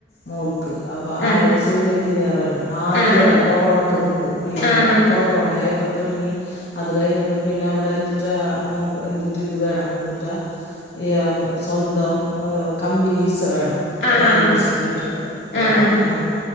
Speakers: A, on the left; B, on the left.
A: മോൾക്ക് അപ്പൊ
B: ആഹ്
A: ആള് സിവിലെഞ്ചിനി യറാണ് ആദ്യട്ടാ
B: ആഹ്
A: കൊറോണക്ക് മുമ്പ് പിന്നെ
B: ആഹ്
A: കൊറോണയ്പ്പോ തൊടങ്ങി അത് കഴിഞ്ഞ പിന്നെ അവിടെ എന്തുട്ടാ മൊബ് എന്തിട്ട് ഇത് വേണം എന്തുട്ടാ യാ സ്വന്തം കമ്പനി വിസ വേണം
B: ആഹ് ആഹ്
A: ഫാമിലി
B: ആഹ് ആഹ്
A: വിസ പ പ്പ ത്
B: ആഹ് ആഹ്
A: കാരണം